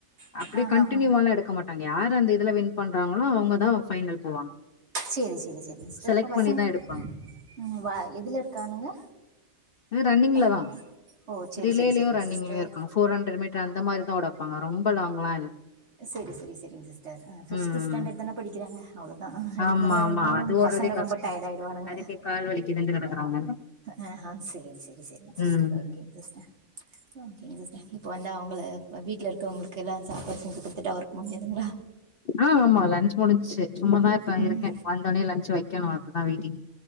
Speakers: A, on the left; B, on the right.
A: அப்டி
B: ஆ
A: கண்ட்டினியூவாலா
B: ஆ ஆ
A: எடுக்க மாட்டாங்க யாரு அந்த இதுல வின் பண்றாங்களோ அவங்க தா ஃபைனல் போவாங்க
B: சரி சரி சரி சிஸ்டர்
A: செலக்ட்
B: பசங்க
A: பண்ணிதா எடுப்பாங்க
B: ம் வ எதுல இருக்கானுங்க
A: இது ரன்னிங்ல
B: ப-
A: தா
B: ஓ சரி
A: ரிலேலயு
B: சரி சரிங்க
A: ரன்னிங்லயு
B: சிஸ்டர்
A: இருக்காங் ஃபோர் ஹன்ட்ரேட் மீட்ரு அந்த மாரிதா ஓட வெப்பாங்க ரொம்ப லாங்லா இல்ல
B: செரி செரி செரிங்க சிஸ்டர் அ ஃபிஃப்த்து
A: ம்
B: ஸ்டண்டர்ட்
A: ம்
B: தான படிக்றாங்க அவ்ளோதா அதுக்கு
A: ஆமா
B: மேல
A: ஆமா
B: ஓட்னாலு
A: அது ஓட்றதே
B: பசங்க
A: கஷ்டோ
B: ரொம்ப டயட் ஆய்டுவானுங்க
A: அதுக்கே கால் வலிக்குதுன்ட்டு கெடக்குறாங்க
B: அ ஹா சேரி சேரி சேரிங்க சிஸ்டர்
A: ம்
B: ஓகேங்க சிஸ்டர் ஓகேங் சிஸ்டர் இப்ப வந்த அவங்கள வீட்ல இருக்கறவங்களுக்குல சாப்பாடு செஞ்சு குடுத்துட்டா ஒர்க் முஞ்சுதுங்ளா
A: ஆ ஆமா லன்ச் முடிஞ்ச்சு சும்மாதா இப்ப நா
B: ம்
A: இருக்கே வந்தோன்னே லன்சு வைக்கணு அதுக்கு தா வெயிட்டிங்